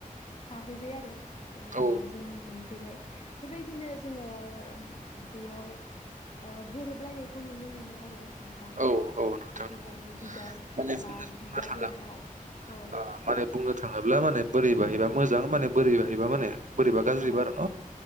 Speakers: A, on the left; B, on the right.
A: थाफैबाय आरो जेनेबा
B: औ
A: जोनोम मोनफैबाय बेबायदिनो जोङो <unintelligible> बेयाव ओ गोरोबलायनायखौ नुनो मोनो आरो नोंथां।
B: औ औ नोंथां
A: बेफोरबायदि
B: नंगौ
A: बिदा
B: <unintelligible>
A: बा बिदा बिनानाव औ
B: ओ माने बुंनो थाङोब्ला माने बोरै बोरैबायहाबा मोजां माने बोरै <unintelligible> माने बोरैबा गाज्रिबा
A: औ
B: आरो न'